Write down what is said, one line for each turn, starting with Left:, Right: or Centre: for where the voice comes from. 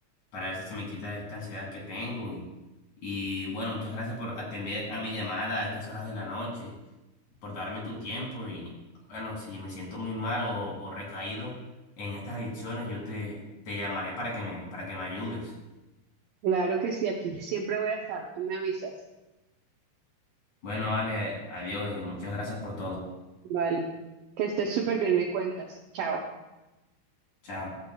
Left: para ver si se me quita esta ansiedad que tengo. Y, y bueno, muchas gracias por atender a mi llamada a estas horas de la noche, por darme tu tiempo. Y bueno, si me siento muy mal o, o recaído en estas adicciones, yo te, te llamaré para que me, para que me ayudes.
Right: Claro que sí, aquí siempre voy a estar. Tú me avisas.
Left: Bueno, Ale, adiós, eh, muchas gracias por todo.
Right: Vale. Que estés súper bien, me cuentas. Chao.
Left: Chao.